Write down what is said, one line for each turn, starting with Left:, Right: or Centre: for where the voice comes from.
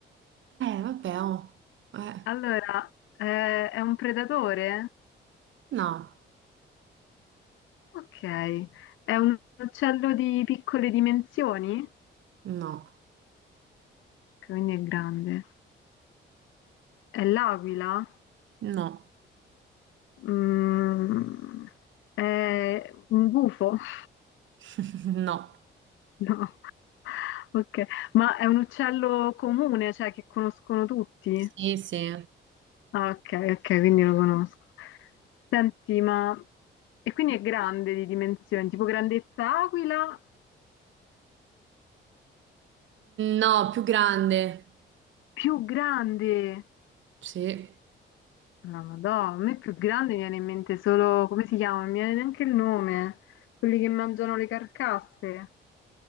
Right: vabbè, oh. Eh,
Left: Allora, eh, è un predatore?
Right: no,
Left: Ok. È un uccello di piccole dimensioni? Ok,
Right: no,
Left: Quindi è grande. È l'aquila?
Right: no,
Left: Mm, è un gufo? <laughs>
Right: <laughs> no.
Left: No. Ok. Ma è un uccello comune, cioè che conoscono tutti?
Right: Sì, sì.
Left: Ah, ok, ok, quindi lo conosco. Senti, ma... E quindi è grande di dimensioni, tipo grandezza aquila,
Right: No, più grande.
Left: più grande.
Right: Sì.
Left: La Madonna, a me più grande mi viene in mente solo... come si chiama? Non mi viene neanche il nome. Quelli che mangiano le carcasse.